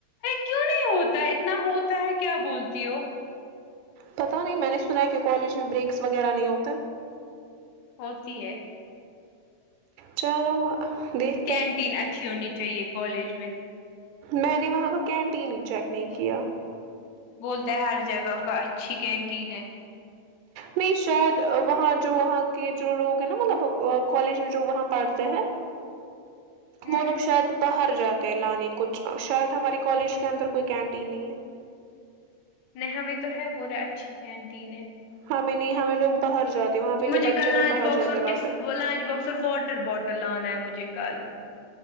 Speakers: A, on the left (about 75°); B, on the right (about 90°).
A: کیوں نہیں ہوتا اتنا ہوتا ہے کیا بولتی ہو
B: پتا نہیں میں نے سنا ہیں کہ کالج میں بریکس وغیرہ نہیں ہوتے
A: ہوتی ہے
B: چلو دیکھ
A: کینٹین اچھی ہونی چاہیے کالج میں
B: میں نے وہاں پر کینٹین ہی چیک نہیں کیا
A: بولتا ہر جگہ کا اچھی کینٹین ہے
B: نہیں شاید وہاں جو وہاں کے جو لوگ ہیں نا مطلب کالج میں جو وہاں پڑھتے ہیں
A: ہوں
B: وہ لوگ شاید باہر جاتے لانے کچھ شاید ہمارے کالج کے اندر کوئی کینٹین نہیں ہے
A: نہیں ہمیں تو ہے بورے اچھی کینٹین ہے
B: ہمیں نہیں ہمیں لوگ باہر جاتے وہاں پہ
A: مجھے
B: جو بچے
A: کل
B: ہیں
A: لنچ
B: وہ باہر
A: باکس
B: جاتے
A: اور
B: لاتے
A: لنچ باکس اور واٹر بوٹل لانا ہے مجھے کل